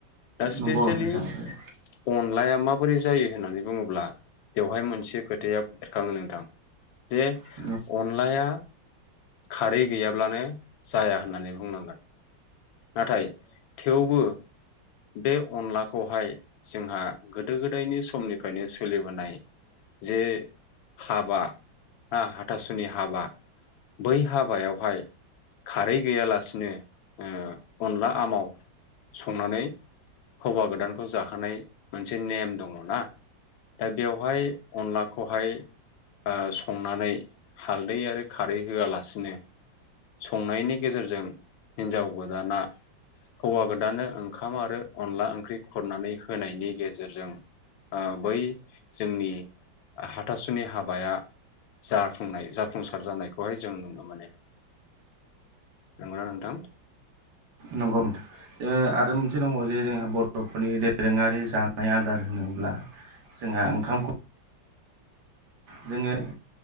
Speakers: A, on the left (about 80°); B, on the right (about 75°).
A: दा इप्सेसेलि
B: नंगौ नोंथां
A: अनलाया माबोरै जायो होननानै बुङोब्ला बेवहाय मोनसे खोथाया बेरखाङो नोंथां बे
B: औ
A: अनलाया खारै गैयाब्लानो जाया होननानै बुंनांगोन‌ नाथाय थेवबो बे अनलाखौहाय जोंहा गोदो गोदायनि समनिफ्रायनो सोलिबोनाय जे हाबा हा हाथासुनि हाबा बै हाबायावहाय खारै गैयालासिनो ओ अनला आमाव संनानै हौवा गोदानखौ जाहोनाय मोनसे नेम दङ ना दा बेवहाय अनलाखौहाय संनानै हालदै आरो खारै होआलासिनो संनायनि गेजेरजों हिनजाव गोदाना हौवा गोदाननो ओंखाम ओंखाम आरो अनला ओंख्रि खुरनानै होनायनि गेजेरजों बै जोंनि हाथासुनि हाबाया जाफुंनाय जाफुंसार जानायखौहाय जों नुनो मोनो। नंगौ ना नोंथां?
B: नंगौ नोंथां ओ आरो मोनसे दङबावो जे जोंहा बरफोरनि दोरोङारि जानाय आदार होनोब्ला ब्ला जोंहा ओंखामखौ जोङो